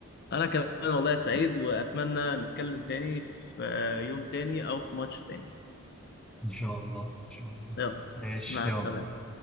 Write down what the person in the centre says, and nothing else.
ان شاء الله ان شاء الله
ماشي
يلا